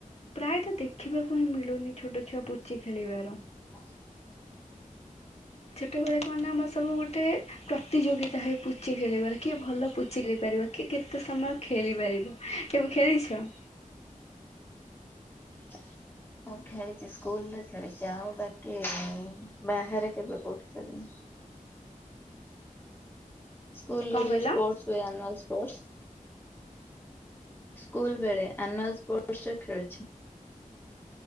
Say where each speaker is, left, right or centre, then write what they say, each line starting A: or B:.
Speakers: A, on the left; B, on the left.
A: ପ୍ରାୟତଃ ଦେ ଦେଖିବାକୁ ହିଁ ମିଳୁନି ଛୋଟ ଛୁଆ ପୁଚି ଖେଳିବାର।
B: ହ
A: ଛୋଟ ବେଳେ କଣ ନା ଆମର ସବୁ ଗୋଟେ ପ୍ରତିଯୋଗିତା ହୋଇ ପୁଚି ଖେଳିବାରେ କିଏ ଭଲ ପୁଚି ଖେଳିପାରିବ କିଏ କେତେ ସମୟ ଖେଳିପାରିବ। କେବେ ଖେଳିଛ।
B: ହ ମୁଁ ଖେଳିଛି ସ୍କୁଲରେ ଖେଳିଛି ଆଉ ବାକି ବାହାରେ କେବେ କଉଠି ଖେଳି। ସ୍କୁଲ
A: କଣ
B: ର ଯୋଉ
A: କହିଲ?
B: ସ୍ପୋର୍ଟସ ହୁଏ ଆନୁଆଲ ସ୍ପୋର୍ଟସ୍ ସ୍କୁଲ ବେଳେ ଆନୁଆଲ ସ୍ପୋର୍ଟସ ଖେଳିଛି।